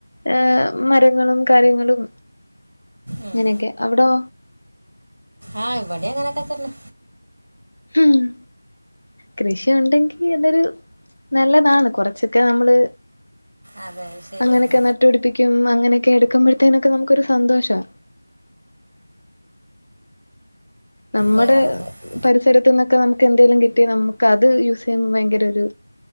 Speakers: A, on the left; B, on the right.
A: ഏഹ് മരങ്ങളും കാര്യങ്ങളും
B: ഉം.
A: അങ്ങനെയൊക്കെ. അവിടോ?
B: ആ ഇവിടേം അങ്ങനൊക്കെത്തന്നെ.
A: മ്ഹും കൃഷി ഒണ്ടെങ്കി അതൊരു നല്ലതാണ്. കൊറച്ചൊക്കെ നമ്മള്
B: അതെ ശരിയാണ്
A: അങ്ങനൊക്കെ നട്ടുപിടിപ്പി ക്കും. അങ്ങനെയൊക്ക എടുക്കുമ്പോഴത്തേനൊക്കെ നമുക്കൊരു സന്തോഷാ. നമ്മടെ
B: വേറെന്തൊക്കെ
A: പരിസ് സരത്ത്ന്നൊക്കെ നമുക്ക് എന്തേലും കിട്ടി നമുക്ക് അത് യൂസ് ചെയ്യുമ്പോ ഭയങ്കര ഒരു